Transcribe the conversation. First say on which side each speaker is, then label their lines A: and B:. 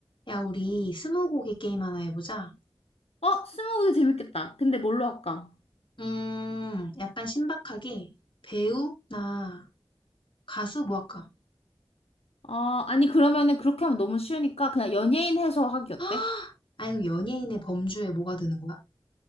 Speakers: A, on the left; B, on the left.
A: 야, 우리 스무고개 게임 하나 해보자.
B: 어, 스무고개 재밌겠다. 근데 뭘로 할까?
A: 음, 약간 신박하게 배우나 가수 뭐 할까?
B: 아, 아니 그러면은 그렇게 하면 너무 쉬우니까 그냥 연예인 해서 하기 어때?
A: <gasps> 아니, 그럼 연예인의 범주에 뭐가 드는 거야?